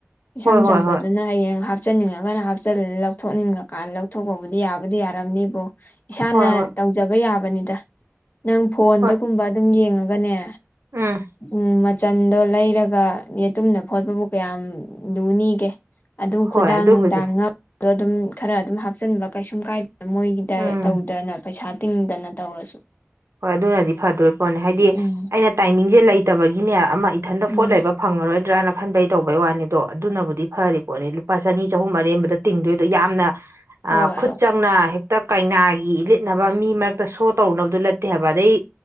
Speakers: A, on the left; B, on the right.
A: ꯏꯆꯝ
B: ꯍꯣꯏ ꯍꯣꯏ
A: ꯆꯝꯕꯗꯨꯅ
B: ꯍꯣꯏ
A: ꯍꯌꯦꯡ ꯍꯥꯞ ꯍꯥꯞꯆꯤꯟꯅꯤꯡꯉꯥꯒꯅ ꯍꯥꯞꯆꯜꯂꯦ ꯂꯧꯊꯣꯛꯅꯤꯡꯂꯀꯥꯟꯗ ꯂꯧꯊꯣꯛꯄꯕꯨꯗꯤ ꯌꯥꯕꯨꯗꯤ ꯌꯥꯔꯝꯅꯤꯕꯣ ꯏꯁꯥꯅ
B: ꯍꯣꯏ ꯍꯣꯏ
A: ꯇꯧꯖꯕ ꯌꯥꯕꯅꯤꯗ ꯅꯪ ꯐꯣꯟꯗꯒꯨꯝꯕ
B: ꯍꯣꯏ
A: ꯑꯗꯨꯝ ꯌꯦꯡꯉꯥꯒꯅꯦ
B: ꯎꯝ
A: ꯎꯝ ꯆꯟꯗꯣꯟ ꯂꯩꯔꯒ ꯌꯦꯇꯨꯝꯅ ꯐꯣꯠꯄꯕꯨ ꯀꯌꯥꯝ ꯂꯨꯅꯤꯒꯦ ꯑꯗꯨꯝ
B: ꯍꯣꯏ
A: ꯈꯨꯗꯥꯡ
B: ꯑꯗꯨꯕꯨꯗꯤ
A: ꯅꯨꯡꯗꯥꯡ ꯉꯛꯗ ꯑꯗꯨꯝ ꯈꯔ ꯑꯗꯨꯝ ꯍꯥꯞꯆꯤꯟꯕ ꯀꯩꯁꯨꯝ ꯀꯥꯏꯗꯦ ꯃꯣꯏꯒꯤꯗ
B: ꯎꯝ
A: ꯇꯧꯗꯅ ꯄꯩꯁꯥ ꯇꯤꯡꯗꯅ ꯇꯧꯔꯁꯨ
B: ꯍꯣꯏ ꯑꯗꯨꯅꯗꯤ ꯐꯗꯣꯏ ꯄꯣꯠꯅꯤ ꯍꯥꯏꯗꯤ
A: ꯎꯝ
B: ꯑꯩꯅ ꯇꯥꯏꯃꯤꯡꯁꯦ ꯂꯩꯇꯕꯒꯤꯅꯦ ꯑꯃ ꯏꯊꯟꯇ
A: ꯎꯝ
B: ꯐꯣꯠ ꯂꯩꯕ ꯐꯪꯉꯔꯣꯏꯗ꯭ꯔꯅ ꯈꯟꯕꯩ ꯇꯧꯕꯩ ꯋꯥꯅꯤꯗꯣ ꯑꯗꯨꯅꯕꯨꯗꯤ ꯐꯔꯤ ꯄꯣꯠꯅꯤ ꯂꯨꯄꯥ ꯆꯅꯤ ꯆꯍꯨꯝ ꯑꯔꯦꯝꯕꯗ ꯇꯤꯡꯗꯣꯏꯗꯣ ꯌꯥꯝꯅ
A: ꯍꯣꯏ
B: ꯑꯥ ꯈꯨꯠ
A: ꯍꯣꯏ
B: ꯆꯪꯅ ꯍꯦꯛꯇ ꯀꯩꯅꯥꯒꯤ ꯂꯤꯠꯅꯕ ꯃꯤ ꯃꯔꯛꯇ ꯁꯣ ꯇꯧꯅꯕꯗꯨ ꯅꯠ ꯇꯦ ꯍꯥꯏꯕ ꯑꯗꯩ